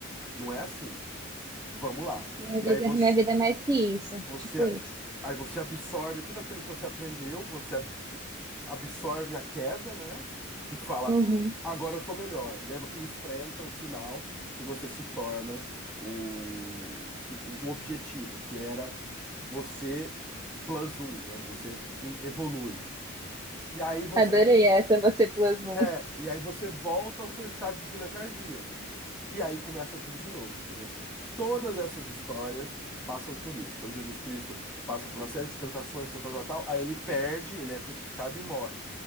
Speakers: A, in the centre; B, on the right (about 15°).
A: não é assim. Vamos lá.
B: Minha
A: E
B: vida,
A: aí você,
B: minha vida é mais que isso.
A: você,
B: Tipo isso.
A: aí você absorve tudo aquilo que você aprendeu, você ab- absorve a queda, né? E fala,
B: Uhum. <laughs>
A: agora eu tô melhor. E aí você enfrenta o final e você se torna o, o, o objetivo, que era você plus um, né? Você e- evolui. E aí você,
B: Adorei essa, você plus um.
A: é, e aí você volta ao seu estado de letargia. E aí começa tudo de novo, entendeu? Todas essas histórias passam por isso. Então Jesus Cristo passa por uma série de tentações, tal, tal, tal, tal. Aí ele perde, ele é crucificado e morre.